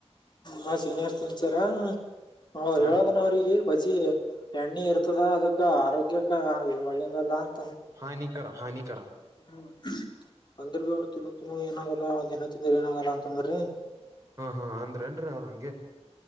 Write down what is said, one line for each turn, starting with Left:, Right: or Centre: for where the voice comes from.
Left: ಹಾ, ಸೀನಿಯರ್, ಇಂಚರ, ಹೇಳದ
Right: ಹಾ ರೀ
Left: ಅವರಿಗೆ? <unintelligible> ಬಜಿ, ಎಣ್ಣೆ ಇರ್ತದ ಅದಕ್ಕ ಆರೋಗ್ಯಕ್ಕ ಒಳ್ಳೇದಲ್ಲ, ಅ. <inaudible>
Right: ಹಾನಿಕರ, ಹಾನಿ. <inaudible>
Left: ಹ್ಮ್, ಆಂಡ್ರಾವ್ರು, ತಿನುಕಿಲ್ಲ, ಏನಾಗಲ್ಲ ಒಂದ್ ದಿನ ತಿಂದ್ರ ಏನಾಗಲ್ಲ ಅಂತಂದ್ರಿ? <unintelligible>
Right: ಹಾ, ಹಾ, ಅಂದ್ರ ಏನುರಿ, ಅವ್ರ ಹಂಗೆ?